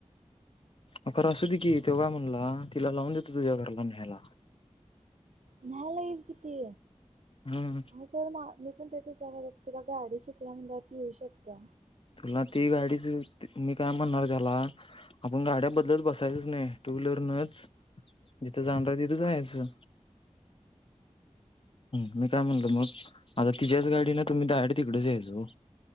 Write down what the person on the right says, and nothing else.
न्यायला येईल कि ती
हा सर म मी पण तेच विचारलोय. तुला गाडी शिकल्या मम्हणजे ती येऊ शकतिया.